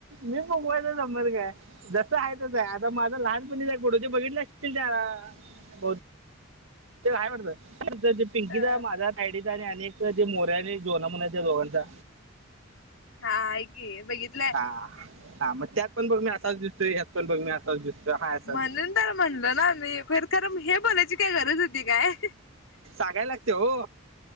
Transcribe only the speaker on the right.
मी मुगवायच समर का जस आहेच आहे आता माझं लहानपणी गुडोज बघितले असतीलील त्या बहुतेक ते काय म्हटत पिंकीचा
माझ्या सायडीचा आणि अनेक ज मोऱ्या आणि जेवणा म्हण त्या दोघांचा
हा हा मग त्यात पण बघ मी असाच दिसतोय हत पण बघ मी असाच दिसतोय हा असाच
कागाय लागते हो